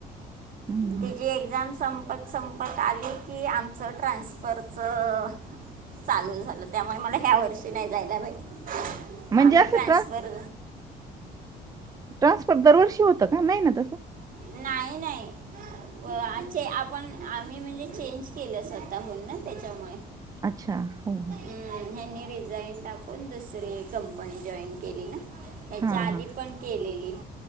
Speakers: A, on the right; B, on the right.
A: हम्म
B: तिचे एक्झाम संपत. संपत आली की आमचं ट्रान्सफरचं. चालू झालं त्यामुळे मला ह्या वर्षी नाही जायला भईट
A: म्हणजे
B: आम्ही
A: असं
B: ट्रान्सफर
A: ट्रान्सफर दरवर्षी होतं का नाही ना तसं
B: नाही-नाही अछ आपण आम्ही म्हणजे चेंज केलं स्वतःहून ना त्याच्यामुळे.
A: अच्छा हो-हो.
B: ह ह्यानी रिझाईन टाकून दुसरी कंपनी जॉईन केली ना. ह्याच्या
A: हा
B: आधी
A: हा
B: पण केलेली.